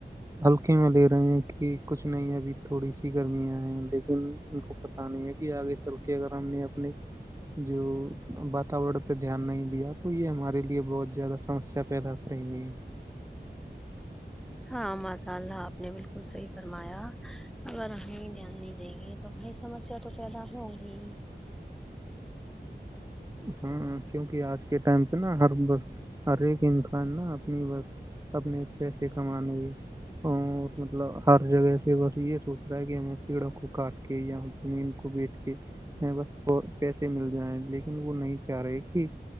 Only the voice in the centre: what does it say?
ہاں ماشاء اللہ آپ نے بالکل صحیح فرمایا اگر ہمیں دھیان نہیں دیں گے تو بھائی سمسیا تو پیدا ہوگی